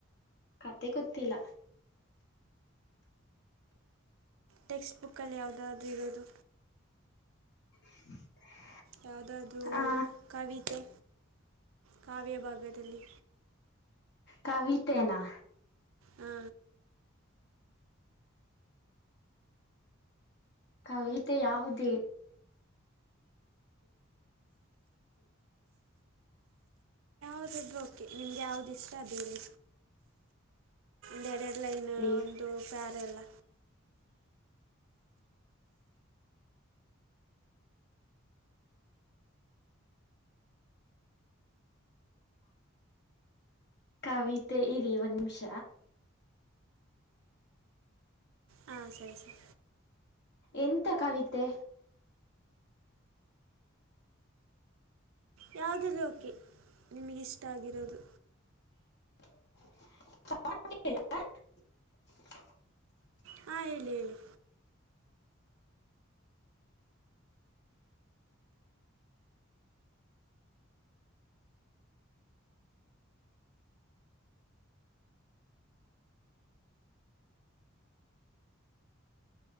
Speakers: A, on the left (about 55°); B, on the right (about 70°).
A: ಖತೆ ಗೊತ್ತಿಲ್ಲ
B: ಟೆಕ್ಸ್ಟ್ ಬುಕ್ಕಲ್ಲಿ ಯಾವುದಾದ್ರರು ಇರೋದು
A: <unintelligible>
B: ಯಾವುದಾದ್ರೂ
A: ಆ
B: ಕವಿತೆ ಕಾವ್ಯ ಭಾಗದಲ್ಲಿ
A: ಕವಿತೆನಾ
B: ಹಾ
A: ಕವಿತೆ ಯಾವುದೇ
B: ಹೌದದು ಓಕೆ ನಿಮ್ಗೆ ಯಾವ್ದು ಇಷ್ಟ ಅದ ಹೇಳಿ ಬೇರೆ ಲೈನ್
A: ಹೇಳಿ
B: ಒಂದು ಪ್ಯಾರೆ ಎಲ್ಲ
A: ಕವಿತೆ ಇಲಿ ಒಂದ್ ನಿಮಿಷ
B: ಹಾಂ ಸರಿ ಸರಿ
A: ಎಂತ ಕವಿತೆ
B: ಯಾವು್ದ್ರೂ ಓಕೆ ನಿಮಗಿಷ್ಟ ಆಗಿರೋದು
A: <unintelligible>
B: ಹಾ ಹೇಳಿ ಹೇಳಿ